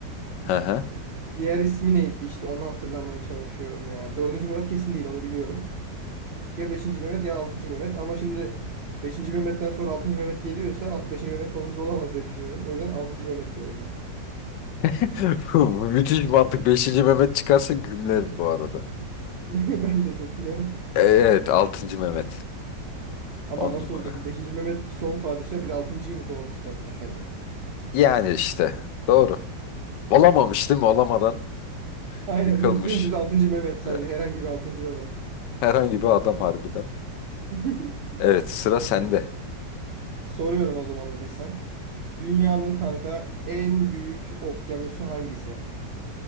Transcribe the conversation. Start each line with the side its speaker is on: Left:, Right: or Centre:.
Left: Hı hı.
Right: diğer ismi neydi işte onu hatırlamaya çalışıyorum ya. Dördüncü Murat kesin değil onu biliyorum. Ya beşinci Mehmet ya altıncı Mehmet ama şimdi beşinci Mehmet'ten sonra altıncı Mehmet geliyorsa beşinci Mehmet sonuncu olamaz diye düşünüyorum. O yüzden altıncı Mehmet diyorum ben.
Left: <laughs> Bu Müthiş mantık. beşinci Mehmet çıkarsa gümlerim bu arada.
Right: <laughs> Ben de çok gülerim.
Left: Ee, Evet, 6. Mehmet.
Right: Ama
Left: on
Right: nasıl
Left: numara.
Right: olacak? Beşinci Mehmet son padişah bir de altıncıyı mı doğurmuşlar mesela?
Left: Yani işte. Doğru. Olamamış değil mi? Olamadan
Right: Aynen
Left: yıkılmış.
Right: dümdüz altıncı Mehmet sadece
Left: Ee,
Right: herhangi bir altıncı Mehmet.
Left: Herhangi bir adam harbiden.
Right: <laughs>
Left: Evet sıra sende.
Right: Soruyorum o zaman hazırsan. Dünyanın kanka en büyük okyanusu hangisi?